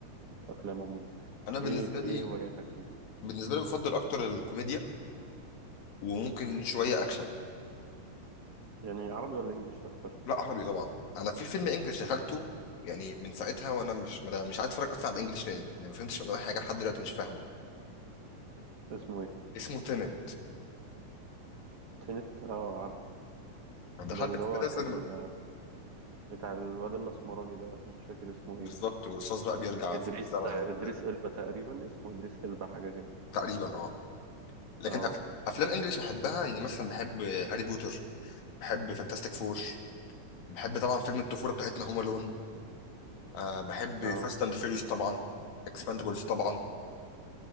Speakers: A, on the right; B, on the left.
A: الافلام عموما
B: انا بالنسبه
A: ايه
B: لي
A: ايه هواياتك يعني
B: بالنسبه لي بفضل اكتر الكوميديا وممكن شويه اكشن
A: يعني عربي ولا انجليش اكتر
B: لا عربي طبعا انا في فيلم انجلش دخلته يعني من ساعتها وانا مش مش عايز اتفرج اصلا على الانجليش تاني لان ما فهمتش منه اي حاجه لحد دلوقتي مش فاهمه
A: اسمه ايه
B: اسمه تينت
A: تنت اه عارفه
B: دخلت
A: ده اللي
B: الفيلم
A: هو
B: ده
A: كان
B: سينما
A: بتاع الواد الاسمراني دوت مش فاكر اسمه
B: بالظبط
A: ايه
B: والرصاص بقى بيرجع
A: ادريس
B: في الزمن
A: ادريس
B: وبتاع
A: البا تقريبا اسمه ادريس البا حاجه كده
B: تقريبا اه لكن
A: اه
B: أف... افلام انجلش بحبها يعني مثلا بحب هاري بوتر بحب فانتاستيك فور بحب طبعا فيلم الطفوله بتاعتنا هوم الون أه بحب
A: اه
B: فاست اند فيريوس طبعا اكسباندبلز طبعا